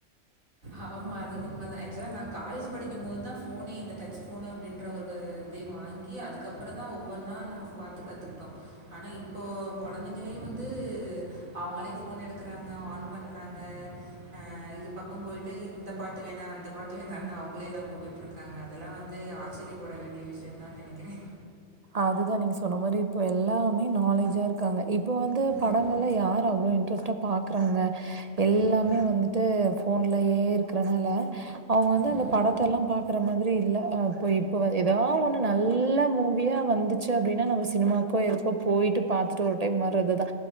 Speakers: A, on the right; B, on the right.
A: ஆமா அது உண்மதா ஆக்சுவலா நா காலேஜூப் படிக்கம்போதுதா ஃபோனே இந்த டச்சு ஃபோனு அப்டின்ற ஒரு தே வாங்கி அதுக்கப்பறந்தா ஒவ்வொன்னா நம்ம பாத்து கத்துக்ட்டோ ஆனா இப்போ கொழந்தைங்ளே வந்து அவுங்களே ஃபோன் எடுக்கறாங்க ஆன் பண்றாங்க அ இதுப் பக் கம் போயிட்டு இந்தப் பாட்டு வேணா அந்த பாட்டு வேணான்னு அவுங்களே எல்லாம் போட்டுட்ருக்காங்க அத் தெல்லா வந்து ஆச்சரியப்பட வேண்டிய விஷ்யந்தான் நெனைக்கிறே
B: அதுதா நீங்க சொன்ன மாரி இப்போ எல்லாமே நாலேஜா இருக்காங்க இப் இப்போ வந்து
A: ம்,
B: படங்கள்ல யாரு அவ்ளோ இன்ட்ரெஸ்ட்டாப் பாக்றாங்க எல்லாமே
A: ம்,
B: வந்து ட்டு ஃபோன்லயே இருக்கிறனால அவுங்க
A: ம்,
B: வந்து அந்தப் படத்த எல்லாம் பாக்கற மாதிரி இல்ல அப்ப இப்ப வ எதா ஒன்னு நல்ல மூவியாப் வந்துச்சு அப்டினா நம்ம சினிமாக்கோ எதுக்கோ போயிட்டு பாத்துட்டு ஒரு டைம் வரதுதா